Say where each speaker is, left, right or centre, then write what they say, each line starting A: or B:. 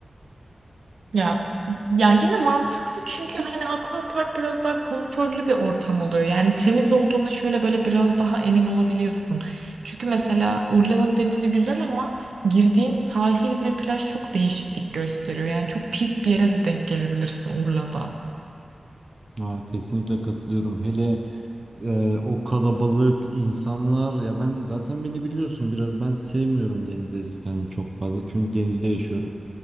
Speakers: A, on the right (about 80°); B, on the right (about 35°).
A: Ya ya yine mantıklı çünkü hani aquapark biraz daha kontrollü bir ortam oluyor. Yani temiz olduğuna şöyle böyle biraz daha emin olabiliyorsun. Çünkü mesela Urla'nın denizi güzel ama girdiğin sahil ve plaj çok değişiklik gösteriyor. Yani çok pis bir yere de denk gelebilirsin Urla'da.
B: Ha, kesinlikle katılıyorum. Hele e, o kalabalık insanlar ya ben zaten beni biliyorsun biraz ben sevmiyorum denize eski hani çok fazla çünkü denizde yaşıyorum.